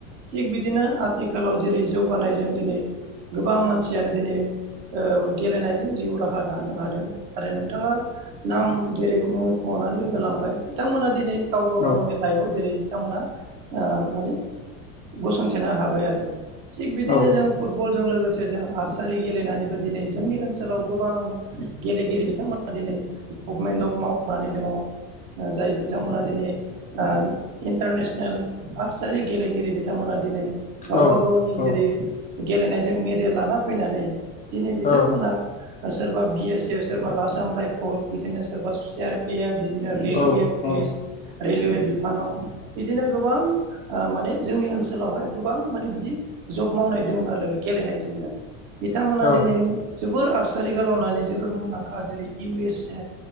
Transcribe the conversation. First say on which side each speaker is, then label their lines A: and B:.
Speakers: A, on the right; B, on the left.
A: थिग बिदिनो आथिखालाव जेरै जौ गानायजों दिनै गोबां मानसियानो दिनै ओ गेलेनायजों जिउ राहा दानो हादों। आरो नोंथाङा नाम जेरै मुंख'नानै होलांबाय बिथांमोना दिनै गाव गाव
B: औ
A: गावनो लाइफआव जेरै बिथांमोना ओ माने गसंथेनो हाबाय आरो। थिग बिदिनो
B: औ
A: जोङो फुटबल जों लोगोसे जों आसारि गेलेनानैबो दिनै जोंनि ओनसोलाव गोबां गेलेगिरि बिथांमोना दिनै गभमेन्ट मावनानै दङ जाय बिथांमोना दिनै ओ इन्टारनेसनेल आक्सारि गेलेगिरि बिथांमोना दिनै गावबा
B: औ
A: गावनि
B: औ
A: जेरै गेलेनायजों मेडेल लाना फैनानै दिनै बिथांमोना
B: औ
A: सोरबा बि एस एफ सोरबा आसाम रायफल बिदिनो सोरबा सि आर पि एफ बिदिनो रेलवे
B: औ
A: पुलिस
B: औ
A: रेलवे बिफानाव बिदिनो गोबां ओ माने जोंनि ओनसोलावहाय गोबां माने बिदि जब मावनाय दोंङो आरो गेलेनायजोंनो बिथांमोना
B: औ
A: दिनै जोबोर आर थानि कारनआवनो जोबोद मुंदांखा जेरै इउ एस ए